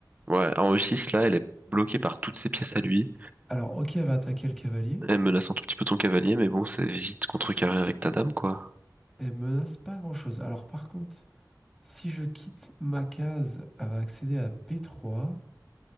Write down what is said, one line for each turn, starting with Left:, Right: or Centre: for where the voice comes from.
Right: Ouais, en E6, là, elle est bloquée par toutes ses pièces à lui.
Centre: Alors ok, elle va attaquer le cavalier,
Right: Elle menace un tout petit peu ton cavalier, mais bon, c'est vite contrecarré avec ta dame, quoi.
Centre: elle menace pas grand-chose. Alors par contre, si je quitte ma case, elle va accéder à B3,